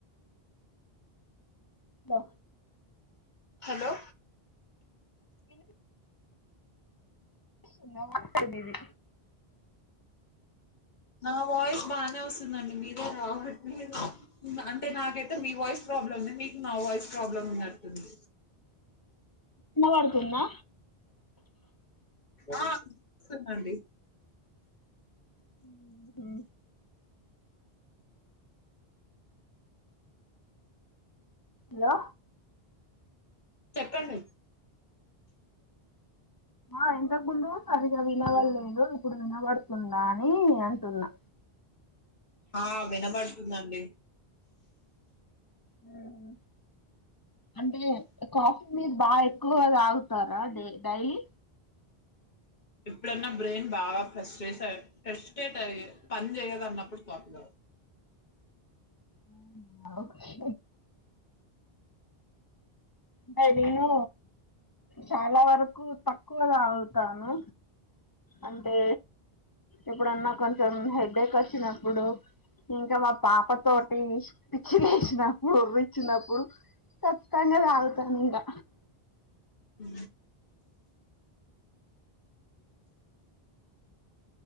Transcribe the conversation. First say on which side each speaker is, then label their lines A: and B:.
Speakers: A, on the left (about 25°); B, on the left (about 45°).
A: లో
B: హలో
A: వినిపి సునా వాయిసే నీది
B: నా వాయిస్ బానే వస్తుందండి. మీదే రావట్లేదు. అంటే నాకైతే మీ వాయిస్ ప్రాబ్లమే, మీకు నా వాయిస్ ప్రాబ్లమ్ ఉన్నట్టుంది.
A: వినబడుతుందా
B: ఆ తునండి
A: హుంహు హలో
B: చెప్పండి
A: ఆ ఇంతక ముందు సరిగా వినవడలేదు. ఇప్పుడు వినపడుతుందా ఈ అంటున్నా.
B: ఆ వినబడుతుందండి.
A: హుహు అంటే ఏ కాఫీ మీరు బా ఎక్కువగా తాగుతారా. డే డైయి
B: ఎప్పుడన్నా బ్రెయిన్ బాగా ప్రేషెష్ ఆయ్ ఫ్రస్టేట్ అయి పని చేయదు. అన్నప్పుడు కాఫీ తాగ్
A: అవునా ఒకే అంటే నేను చాలా వరకు తక్కువ తాగుతాను. అంటే ఎప్పుడన్నా కొంచం హెడ్డేక్ వచ్చినప్పుడు, ఇంకా మా పాప తోటి పిచ్చి లేచినప్పుడు ఒర్రిచ్చినప్పు ఊ కచ్చితంగా తాగు తంగ
B: ఊ